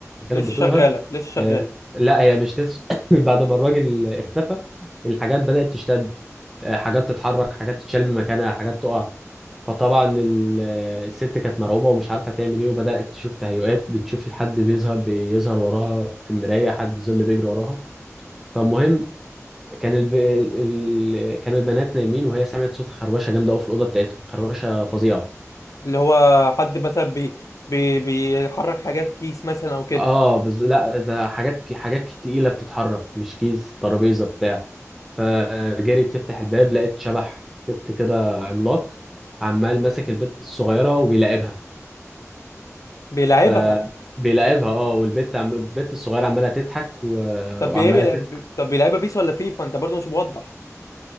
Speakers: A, in the centre; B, on the left.
A: كانت
B: لسه
A: بتظهر
B: شغاله لسه شغاله
A: آه لا هي مش لسه <coughs> بعد ما الراجل اختفى الحاجات بدات تشتد آه حاجات تتحرك حاجات تتشال من مكانها حاجات تقع فطبعا ال- آه، الست كانت مرعوبه ومش عارفه تعمل ايه وبدات تشوف تهيؤات بتشوف حد بيظهر بيظهر وراها في المرايه حد ظل بيجري وراها فالمهم كان الب... ال... ال- كان البنات نايمين وهي سمعت صوت خروشه جامده قوي في الاوضه بتاعتهم خروشه فظيعه
B: اللي هو حد مثلا بي بي بيحرك حاجات كيس مثلا او كده
A: اه بز... لا ده حاجات حاجات تقيله بتتحرك مش كيس ترابيزه بتاع فجريت تفتح الباب لقيت شبح بت كده عملاق عمال ماسك البت الصغيره وبيلاعبها
B: بيلعبها
A: ف بيلاعبها اه والبت عم... البت الصغيره عماله تضحك و...
B: طب
A: وعماله
B: ايه بيلعب...
A: تضحك
B: طب بيلعبها بيس ولا فيفا انت برضه مش موضح